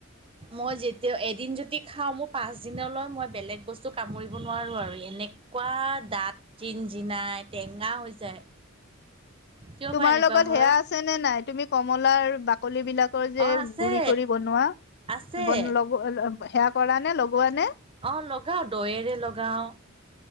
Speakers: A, on the right (about 25°); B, on the left (about 55°).
A: মই যেতিয়া এদিন যদি খাওঁ, মোৰ পাঁচ দিনলৈ মই বেলেগ বস্তু কামুৰিব নোৱাৰো আৰু এনে এনেকুৱা দাঁত জিন-জিনাই, টেঙা হৈ যায়। কিয়
B: তোমাৰ
A: বা এনেকুৱা
B: লগত
A: হয়?
B: সেয়া আছে নে নাই? তুমি কমলাৰ বাকলি বিলাক যে
A: অ আছে
B: গুৰি কৰি বনোৱা,
A: আছে।
B: বন, লগোৱা, সেয়া কৰা নে, লগোৱা নে?
A: অ, লগাও দয়েৰে, লগাও।